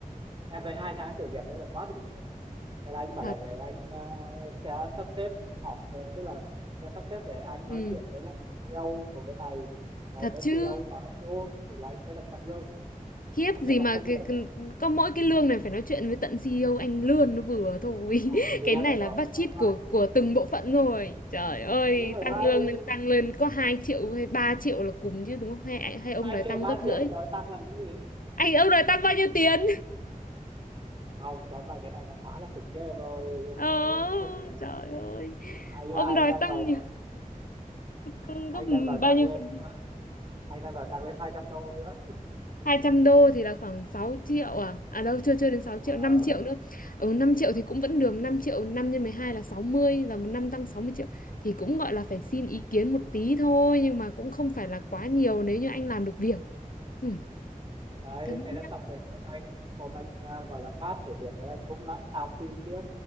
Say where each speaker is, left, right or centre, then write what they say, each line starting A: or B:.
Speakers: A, on the right; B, on the left.
A: em thấy hai tháng thử việc đấy là quá đủ rồi thế là anh bảo
B: thật
A: là để anh ờ, sẽ sắp xếp họp về tức là sẽ sắp xếp để anh
B: ừ,
A: nói chuyện với lại CEO của bên này đấy
B: thật
A: nếu
B: chứ
A: CEO mà approve thì là anh sẽ được tăng lương
B: khiếp
A: còn
B: gì
A: nếu mà
B: mà
A: không
B: cái,
A: được
B: cái- có mỗi cái lương này phải nói chuyện với tận CEO anh lương nó vừa thôi
A: không
B: <laughs>
A: biết
B: cái này là
A: được
B: budget
A: tóm lại
B: của của từng bộ phận rồi trời ơi
A: đúng rồi
B: tăng
A: đấy
B: lương lên tăng lên có 2 triệu hay 3 triệu là cùng chứ đúng không hay hay ông
A: hai
B: đòi tăng
A: triệu ba
B: gấp rưỡi
A: triệu thì nói tăng làm cái gì
B: anh ông đòi tăng bao nhiêu tiền
A: không tóm lại cái này nó quá là khủng khiếp em ơi
B: <laughs>
A: em
B: ờ
A: ơi em không thể
B: trời ơi
A: anh
B: ông
A: á, anh
B: đòi
A: đang
B: tăng
A: đòi
B: nhiều-
A: tăng
B: tăng gấp
A: anh đang đòi
B: bao
A: tăng
B: nhiêu
A: lên
B: phần
A: anh đang đòi tăng lên 200 đô nữa
B: hai trăm đô thì là khoảng 6 triệu à à đâu chưa chưa đến 6 triệu
A: Ờ,
B: 5 triệu nữa ừ 5 triệu thì cũng vẫn được 5 triệu 5 nhân 12 là sáu mươi và một năm tăng 60 triệu thì cũng gọi là phải xin ý kiến một tí thôi nhưng mà cũng không phải là quá nhiều nếu như anh làm được việc ừ,
A: đấy
B: cân
A: thế là
B: nhắc
A: xong rồi hôm anh hôm anh à, gọi là pass thử việc đấy anh cũng lại khao tim tiếp